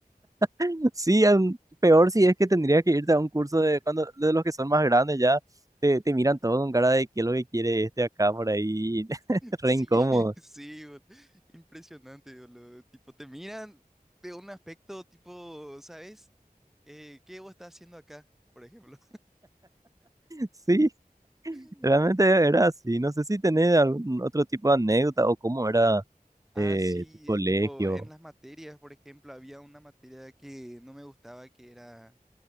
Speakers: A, on the right; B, in the centre.
A: <laughs> Sí, am- peor si es que tendría que irte a un curso de cuando de los que son más grandes ya te, te miran todo con cara de qué es lo que quiere este acá por ahí, <laughs>
B: Sí,
A: re incómodo.
B: <laughs> sí, bol- impresionante, boludo. Tipo, te miran de un aspecto tipo, ¿sabes? Eh, ¿qué vos estás haciendo acá, por ejemplo?
A: Sí,
B: <laughs>
A: realmente era así. No sé si tenés algún otro tipo de anécdota o cómo era
B: Ah,
A: eh,
B: sí,
A: tu colegio.
B: tipo, en las materias, por ejemplo, había una materia que no me gustaba, que era,